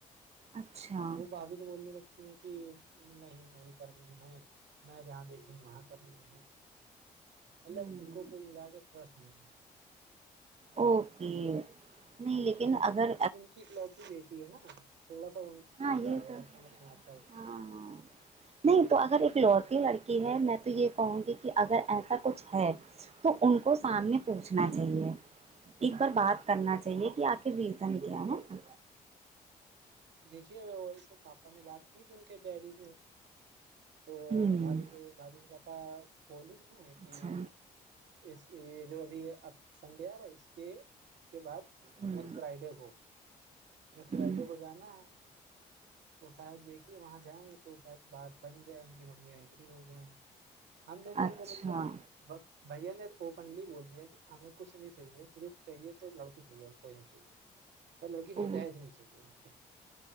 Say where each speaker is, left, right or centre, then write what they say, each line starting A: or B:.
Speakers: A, on the right; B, on the right.
A: اچھا
B: وہ بھاابھی تو بولنے لگتی ہیں کہ نہیں نہیں کرنی ہے میں جہاں دیکھوں وہاں کرنی ہے مطلب
A: ہوں
B: ان کو کل ملا کے ٹرسٹ نہیں
A: اوکے نہیں لیکن اگر
B: چک لوتی بیٹی ہے نا تھوڑا
A: ہاں
B: ہوتا
A: یہ
B: ہے
A: تو
B: ہ س مجھ میں آتا ہو
A: ہاں ہاں نہیں تو اگر ایک لوتی لڑکی ہے میں تو یہ کہوں گی کہ اگر ایسا کچھ ہے تو ان کو سامنے پوچھنا چاہیے ایک بار بات کرنا چاہیے
B: ہاں
A: کہ
B: ہاں
A: آخ ریزن کیا ہے
B: دیکھیے وی سے پاپا نے بات کی تھی ان کے ڈیڈی سے تو
A: ہوں
B: بھھی کے بھبھی کے پاپا بولے کہ
A: اچھا
B: اس یہ جو ابھی ہے سڈیا اس کے <unintelligible> اس کے بعد
A: ہوں
B: نیکسٹ فرائیڈے کو نیکسٹ فرائیڈے
A: ہوں
B: کو جانا ہے تو شاید دیکھیے وہاں جائیں گے تو شاید بات بن گئے ان کی ممی اگری ہو گئے ہم لوگوں
A: اچھا
B: کو مطلب بھیا نے اوپنلی بول دیا کہ ہمیں کچھ نہیں چاہیے صرف چاہیے تو لڑکی چاہیے ہم کوئی نہیں چاہیے بائی لڑکی
A: او
B: چاہیےج نہیں چاہیے ہم کو